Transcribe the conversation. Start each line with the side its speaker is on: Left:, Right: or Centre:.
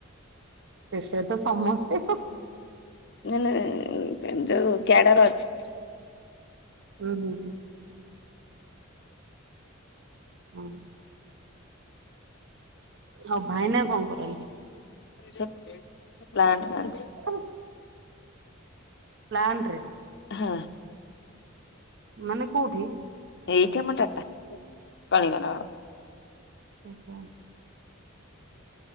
Right: ସେଥିରେ ତ ସମସ୍ତେ।
Left: ନା ନା ଯୋ କ୍ୟାଡ଼ର ଅଛି।
Right: ଉଁ ହୁଁ ହୁଁ। ହଁ। ଆଉ ଭାଇନା କଁ କରନ୍ତି।
Left: ସେ ପ୍ଲାଣ୍ଟ ଯାଆନ୍ତି।
Right: <unintelligible> ପ୍ଲାଣ୍ଟରେ?
Left: ହଁ।
Right: ମାନେ କୁଉଠି?
Left: ଏଇଠେ ମୋ ଡାଟା ସରିଗଲା ବା।
Right: ଓହୋ।